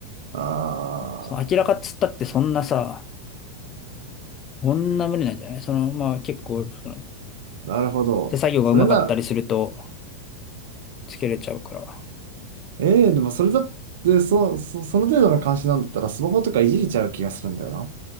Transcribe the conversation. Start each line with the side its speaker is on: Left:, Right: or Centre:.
Right: あー、
Left: その明らかっつったってそんなさ、こんな無理なんじゃないその、まあ結構、その
Right: なるほど。
Left: 手作業がうまかったりすると、
Right: それなら、
Left: つけれちゃうから、
Right: えー、でもそれだって、そ、そ、その程度の監視なんだったらスマホとかいじれちゃう気がするんだよな。